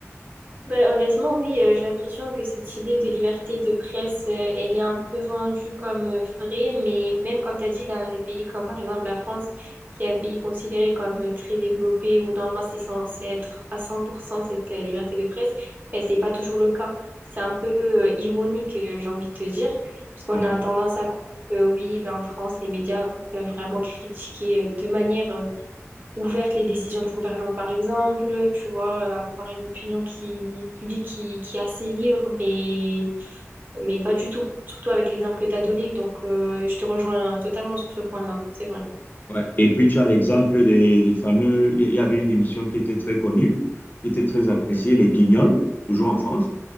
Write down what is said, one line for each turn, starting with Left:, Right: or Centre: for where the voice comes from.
Right: Ben, honnêtement, oui, euh, j'ai l'impression que cette idée de liberté de presse, euh, elle est un peu vendue comme euh, vraie, mais même comme tu as dit, dans des pays comme par exemple la France, qui est un pays considéré comme euh, très développé, où normalement c'est censé être à 100% cette euh, liberté de presse, ben, c'est pas toujours le cas. C'est un peu euh, ironique, euh, j'ai envie de te dire, parce qu'on
Left: Mhm.
Right: a tendance à croire que oui, ben, en France, les médias peuvent vraiment critiquer euh, de manière euh, ouverte les décisions du gouvernement, par exemple, tu vois, avoir une opinion qui, publique qui, qui est assez libre, mais, mais pas du tout, surtout avec l'exemple que tu as donné. Donc, euh, je te rejoins totalement sur ce point-là, c'est vrai.
Left: Ouais. Et puis, tu as l'exemple des, des fameux... Il y il y avait une émission qui était très connue, qui était très appréciée, Les Guignols, toujours en France.